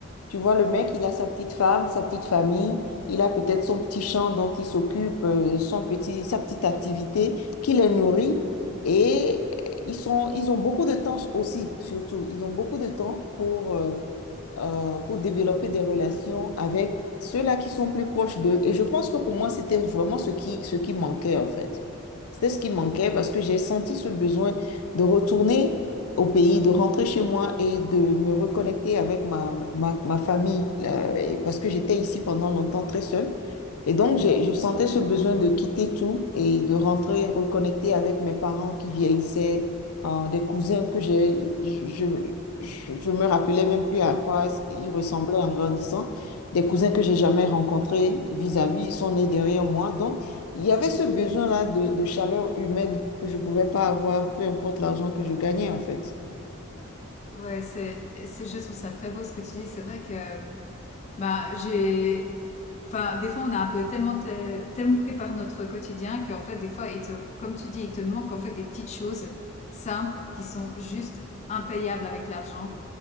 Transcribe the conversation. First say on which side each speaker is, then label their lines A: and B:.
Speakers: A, on the left; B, on the left.
A: Tu vois, le mec, il a sa petite femme, sa petite famille, il a peut-être son petit champ dont il s'occupe, euh, son petit, sa petite activité qui les nourrit. Et ils sont, ils ont beaucoup de temps aussi, surtout. Ils ont beaucoup de temps pour euh, euh, pour développer des relations avec ceux-là qui sont plus proches d'eux. Et je pense que pour moi, c'était vraiment ce qui, ce qui manquait, en fait. C'était ce qui manquait parce que j'ai senti ce besoin de retourner au pays, de rentrer chez moi et de me reconnecter avec ma, ma, ma famille, là, et parce que j'étais ici pendant longtemps très seule. Et donc, j'ai, je sentais ce besoin de quitter tout et de rentrer, reconnecter avec mes parents qui vieillissaient, euh, des cousins que j'ai, je, je, je me rappelais même plus à quoi ils ressemblaient en grandissant. Des cousins que j'ai jamais rencontrés vis-à-vis, ils sont nés derrière moi. Donc, il y avait ce besoin-là de, de chaleur humaine que je ne pouvais pas avoir, peu importe l'argent que je gagnais, en fait.
B: Ouais, c'est, c'est, je trouve ça très beau ce que tu dis. C'est vrai que, bah, j'ai, Enfin, des fois, on a un peu tellement, te- tellement pris par notre quotidien qu'en fait, des fois, il te, comme tu dis, il te manque en fait des petites choses simples qui sont juste impayables avec l'argent.